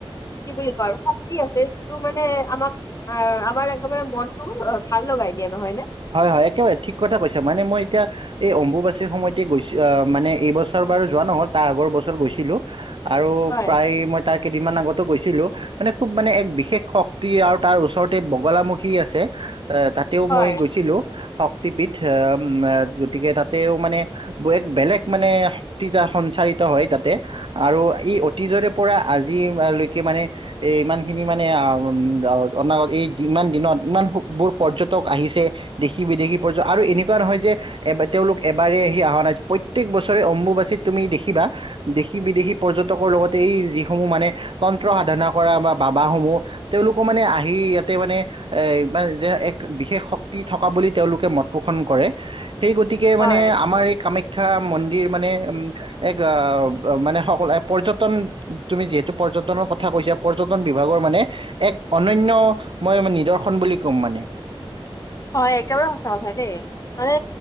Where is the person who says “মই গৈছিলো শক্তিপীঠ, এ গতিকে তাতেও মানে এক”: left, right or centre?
Right